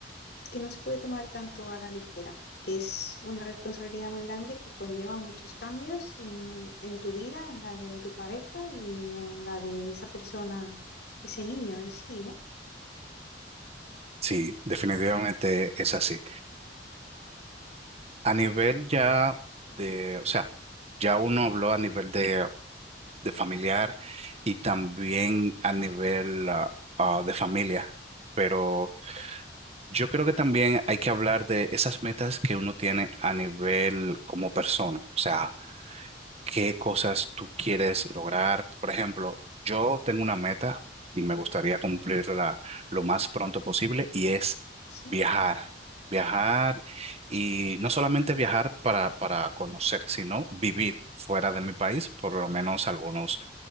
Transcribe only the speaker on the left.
que no se puede tomar tanto a la ligera, que es una responsabilidad muy grande que conlleva muchos cambios en, en tu vida, en la de tu pareja y en la de esa persona, ese niño en sí, ¿no?
Sí.